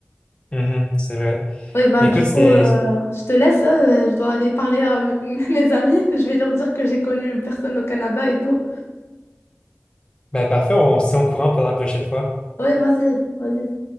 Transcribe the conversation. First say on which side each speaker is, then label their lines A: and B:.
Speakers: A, on the left; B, on the left.
A: Mhm, c'est vrai.
B: Ouais, bah,
A: Mais
B: du
A: écoute,
B: coup,
A: c'était
B: euh, je te laisse. hein, euh, je dois aller parler à m- <laughs> mes amis, que je vais leur dire que j'ai connu une personne au Canada et tout.
A: ben, parfait. On se tient au courant pour la prochaine fois.
B: Ouais, vas-y, vas-y.